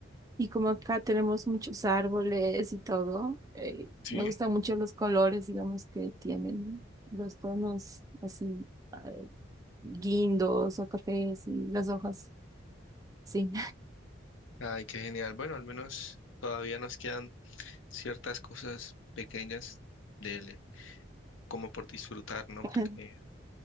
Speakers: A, on the right; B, on the left.
A: Y como acá tenemos muchos árboles y todo, eh,
B: Sí.
A: me gustan mucho los colores, digamos, que tienen los tonos así, eh, guindos o cafés y las hojas. Sí.
B: Ay, qué genial. Bueno, al menos todavía nos quedan ciertas cosas pequeñas del, como por disfrutar, ¿no?
A: <laughs>
B: Porque